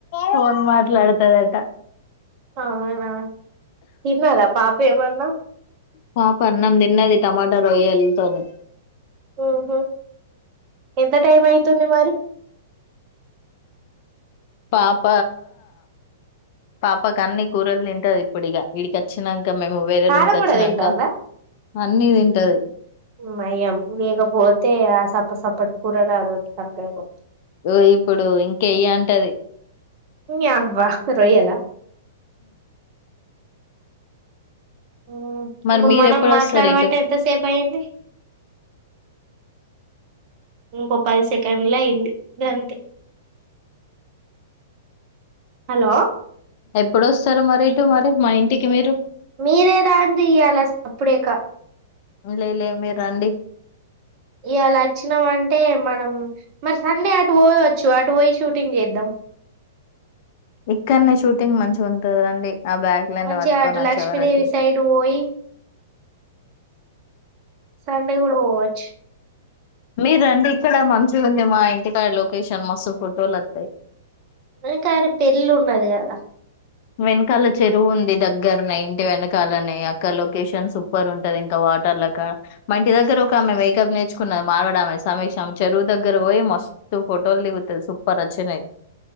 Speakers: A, on the left; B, on the right.
A: ఫోన్ మాట్లాడుతదంటా
B: అవునా తిన్నదా పాప ఏమన్నా
A: పాప అన్నం తిన్నది టమాటా రొయ్యలతోని
B: ఉహు ఎంత టైం అయితుంది మరి
A: పాప పాపకి అన్ని కూరలు తింటది ఇప్పుడిగా ఈడికి అచ్చినంకా కా మేము వేరే
B: కారం
A: రూమ్ కి వచ్చినంక
B: కూడా తింటాందా
A: అన్ని తింటది
B: నయం లేకపోతే ఆ సప్ప సప్ప కూరగాయలు తప్పుతాయిపో
A: ఓ ఇప్పుడు ఇంకయ్యి అంటది
B: నీ అవ్వ రొయ్యలా హ్మ్
A: మరి
B: ఇప్పుడు
A: మీరెప్పుడు
B: మనం మాట్లాడబట్టి
A: వస్తారు ఇటు
B: ఎంతసేపు అయ్యింది ఇంకొక పది సెకండ్ల అయింది గంతే హలో
A: ఎప్పుడొస్తారు మరి ఇటు మరి మా ఇంటికి మీరు
B: మీరే రాండ్రియాల సప్పుడేక
A: లేలే మీరు రండి
B: ఈయాల అచ్చిన మంటే మనం మరి సండే అత్ పోయవచ్చు అటు పోయి షూటింగ్ చేద్దాం
A: ఇక్కడనే షూటింగ్ మంచి ఉంటంది రండి ఆ బ్యాగ్ లన్ని
B: మంచిగా
A: పట్టుకొని
B: అటు
A: వచ్చే
B: లక్ష్మీదేవి
A: వరకి
B: సైడ్ పోయి సండే కూడా పోవచ్చు
A: మీరండి ఇక్కడ మంచిగా ఉంది మా ఇంటికాడా లొకేషన్ మస్తు ఫోటోలు అత్తయి
B: దే కానీ పెళ్ళి ఉన్నది కదా
A: వెనకాల చెరువు ఉంది దగ్గరనే ఇంటి వెనకాలనే అక్కడ లొకేషన్ సూపర్ ఉంటది ఇంకా వాటర్లక మా ఇంటి దగ్గర ఒకామె మేకప్ నేర్చుకున్నది మార్బడీ ఆమె సమీక్ష చెరువు దగ్గర పోయి మస్తు తూ ఫోటోలు దిగుతది సూపర్ వచ్చినయ్